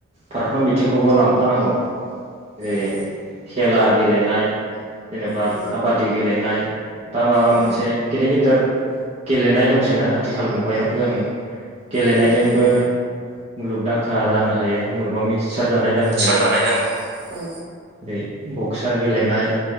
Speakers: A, on the right; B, on the right.
A: फारफ्रोम बिथिंखौबो लांफानांगौ ओरै
B: औ
A: खेला गेलेनाय जेनेबा
B: औ
A: खाबादि गेलेनाय बा माबा
B: औ
A: मोनसे गिदिर गिदिर गेलेनाय दंसै ना आथिखाल मुगायाव जों गेलेनायजोंबो
B: गोबां दङ
A: मुलुगदांखा जानो हायो मुलुगाव मिथिस सार जानाय जानो हायो
B: सारजानाय जानो औ
A: जेरै बक्सार गेलेनाय